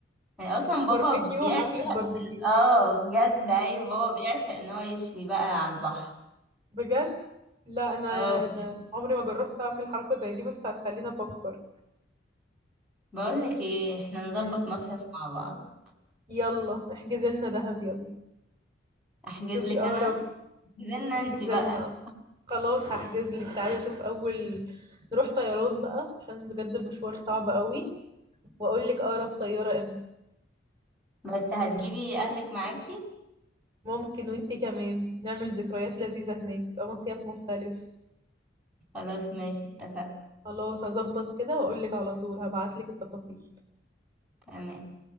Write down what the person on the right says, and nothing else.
باربيكيو
حفلة باربيكيو
بجد لا أنا
ما عمري ما جربت أعمل حركة زي دي بس هتخليني أفكر
مم.
يلا احجز لنا دهب يلا
شوفي
أقرب
احجز
لنا خلاص هحجز لك تعالي أشوف أول نروح طيران بقى عشان بجد المشوار صعب قوي واقول لك اقرب طياره امتى
ممكن وانتي كمان نعمل ذكريات لذيذه هناك يبقى مصيف مختلف
خلاص هظبط كده واقول لك على طول هبعت لك التفاصيل